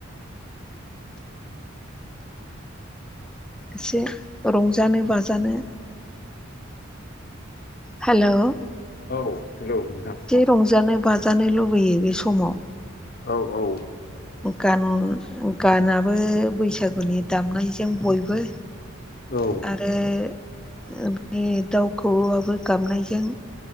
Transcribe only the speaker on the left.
औ हेलौ नोंथां।
औ औ।
औ।